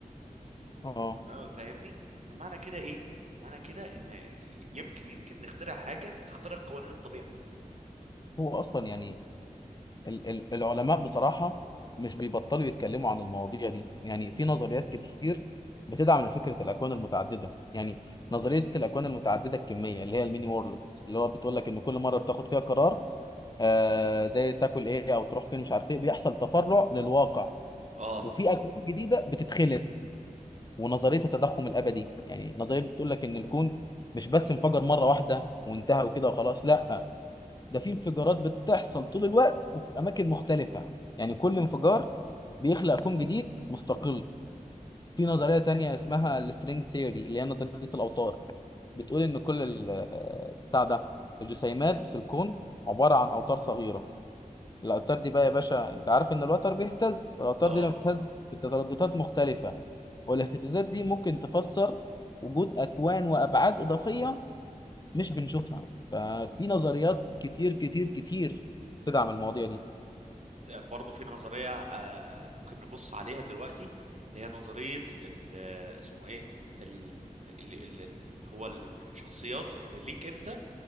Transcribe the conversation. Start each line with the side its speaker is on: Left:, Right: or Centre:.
Left: اه
Right: آه، فاهمني فمعنى كده ايه معنى كده ان يمكن يمكن نخترع حاجه تخترق قوانين الطبيعه
Left: هو اصلا يعني ال ال العلماء بصراحه مش بيبطلوا يتكلموا عن المواضيع دي يعني في نظريات كتير بتدعم فكره الاكوان المتعدده يعني نظريه الاكوان المتعدده الكميه اللي هي الميني وورلدز اللي هو بتقول لك ان كل مره بتاخد فيها قرار آه زي تاكل ايه او تروح فين مش عارف ايه بيحصل تفرع للواقع
Right: اه
Left: وفي اكوان جديده بتتخلق ونظريه التضخم الابدي يعني النظريه بتقول لك ان الكون مش بس انفجر مره واحده وانتهى وكده وخلاص لا ده في انفجارات بتحصل طول الوقت وفي اماكن مختلفه يعني كل انفجار بيخلق كون جديد مستقل في نظريه تانية اسمها السترينج ثيوري اللي هي نظريه الاوتار بتقول ان كل ال- بتاع ده الجسيمات في الكون عباره عن اوتار صغيره الأوتار دي بقى يا باشا أنت عارف إن الوتر بيهتز فالأوتار
Right: اه
Left: دي لما بتهتز بترددات مختلفة والاهتزازات دي ممكن تفسر وجود أكوان وأبعاد إضافية مش بنشوفها ففي نظريات كتير كتير كتير تدعم المواضيع دي
Right: برضو في نظريه آه ممكن نبص عليها دلوقتي اللي هي نظريه ال- اسمه ايه ال- ال- ال- ال- هو الشخصيات اللي ليك انت